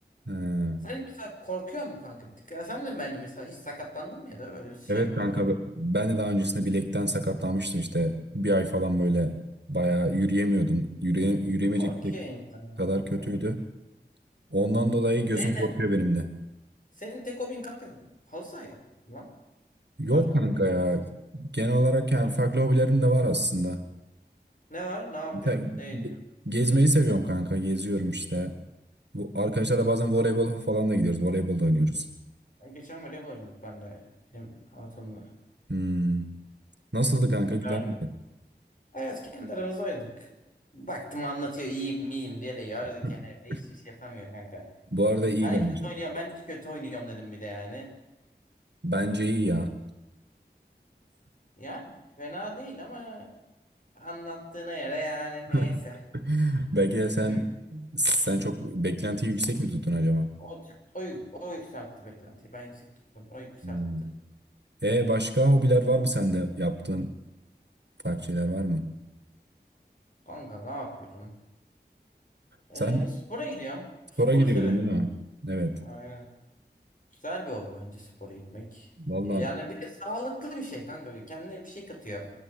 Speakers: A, on the right; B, on the left.
A: Ha.
B: Sen mesela korkuyor mu kanka bir tık? Ya sen de bence mesela hiç sakatlandın mı ya da öyle bir şey
A: Evet
B: yaparken?
A: kanka ben de daha öncesinde bilekten sakatlanmıştım işte. Bir ay falan böyle bayağı yürüyemiyordum. Yürüye, yürüyemeyecek
B: Korkuyor insan ya
A: kadar
B: bilmiyorum.
A: kötüydü. Ondan dolayı gözüm
B: Senin ne?
A: korkuyor benim de.
B: Senin tek hobin kanka halı saha yapmak mı lan.
A: Yok
B: Başka
A: kanka
B: hobin yok
A: ya.
B: mu hiç?
A: Genel olarak yani farklı hobilerim de var aslında.
B: Ne var? Ne yapıyorsun?
A: Sen
B: Ne ediyorsun?
A: ge- gezmeyi seviyorum kanka. Geziyorum işte. Bu arkadaşlarla bazen voleybol falan da gidiyoruz. Voleybol da oynuyoruz.
B: Ya Geçen voleybol oynadık ben de. Benim hatunla.
A: Hmm. Nasıldı kanka?
B: Güzel
A: Güzel
B: mi?
A: miydi?
B: Evet kendi aramızda oynadık. Baktım anlatıyor iyiyim miyim diye de yardık
A: <laughs>
B: yani. Hiçbir şey yapamıyor kanka.
A: Bu arada iyi
B: Ben
A: bence.
B: kötü oynuyorum. Ben hiç kötü oynuyorum dedim bir de yani.
A: Bence iyi ya.
B: Yani fena değil ama anlattığına göre yani
A: <laughs>
B: neyse.
A: Belki de sen
B: Ne?
A: sen çok beklentiyi yüksek mi tuttun acaba?
B: O, o, o yükseltti beklentiyi. Ben yüksek tutmadım. O yükseltti.
A: Hmm. E başka hobiler var mı sende? Yaptığın farklı şeyler var mı?
B: Kanka ne yapıyorum?
A: Sen
B: Ee, spora gidiyorum.
A: spora
B: Sporu
A: gidiyordun
B: severim.
A: değil mi? Evet.
B: Aynen. Güzel bir hobi bence spora gitmek.
A: Vallahi
B: Ee, Yani bir de sağlıklı bir şey kanka. Bir Kendine bir şey katıyor.